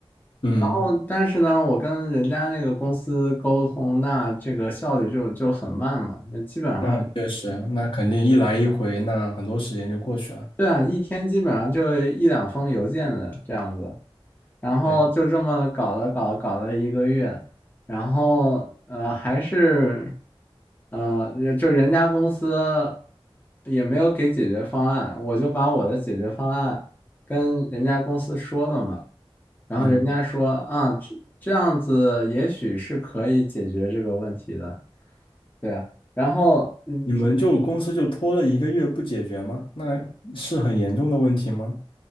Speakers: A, on the left (about 55°); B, on the left (about 20°).
A: 嗯，
B: 然后，但是呢，我跟人家那个公司沟通，那这个效率就就很慢嘛，那基本上。
A: 那确实啊，那肯定一来一回，那很多时间就过去了。
B: 对啊，一天基本上就一两封邮件的这样子，然后就这么搞了搞了搞了一个月，
A: 对，
B: 然后呃还是呃就人家公司也没有给解决方案，我就把我的解决方案跟人家公司说了嘛，然后人家说啊这这样子也许是可以解决这个问题的，
A: 嗯，
B: 对啊，然后嗯
A: 你们就公司就拖了一个月不解决吗？那是很严重的问题吗？